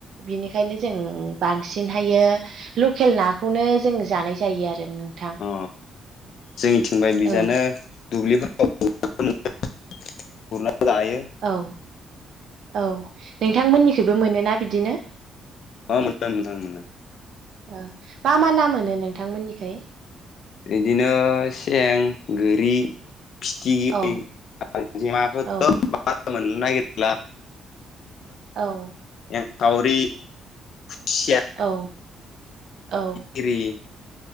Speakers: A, on the right; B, on the left.
A: बिनिखायनो जों बांसिनहायो लकेल नाखौनो जों जानाय जायो आरो नोंथां
B: अ जोंनिथिंबाय बिजानो
A: औ
B: दुब्लिफोर गुरना जायो
A: औ औ नोंथांमोननिखैबो मोनोना बिदिनो
B: अ मोनदों नोंथां मोनों
A: ओ मा मा ना मोनो नोंथांमोननिखाय
B: इदिनो सें गोरि फिथिगिरि
A: औ
B: <unintelligible> गांजेमाखौथ'
A: औ
B: मार मोननो नागिरला
A: औ
B: एंखावरि खुसिया
A: औ औ
B: गिरि